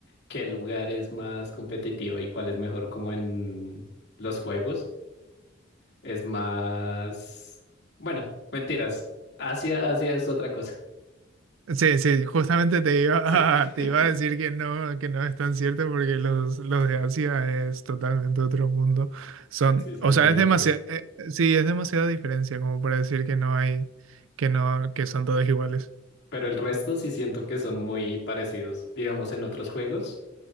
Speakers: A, on the left; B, on the right.
A: qué lugar es más competitivo y cuál es mejor como en los juegos es más... Bueno, mentiras. Asia, Asia es otra cosa.
B: Sí, sí, justamente te iba
A: Sí,
B: <laughs> a, te
A: <laughs>
B: iba a decir que no, que no es tan cierto porque los, los de Asia es totalmente otro mundo. Son,
A: sí, son
B: o sea,
A: muy locos.
B: es demasiado, sí, es demasiada diferencia como para decir que no hay, que no, que son todos iguales.
A: Pero el resto sí siento que son muy parecidos. Digamos, en otros juegos.